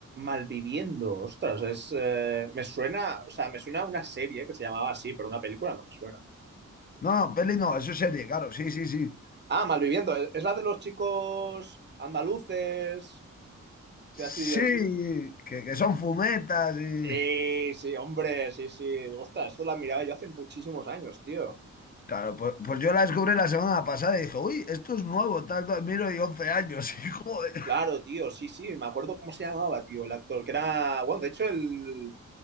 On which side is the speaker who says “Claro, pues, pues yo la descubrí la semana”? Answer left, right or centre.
Left